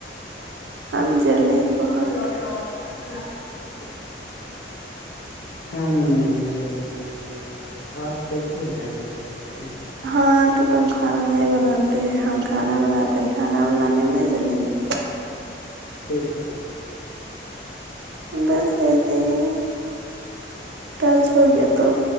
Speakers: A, on the right; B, on the left.
A: ہم جلے ہیں بہت
B: ماہل باقی رہاات کر <unintelligible> ہم نہیں جلیں گے آپ کیسے جل گئے تھے
A: ہاں تو تم کھانا نہیں بناتے ہیں ہم کھانا بناتے ہیں کھانا بنانے میں نہیں چلیں گے
B: کیسے
A: بس ایسے ہی ٹچ ہو گیا تو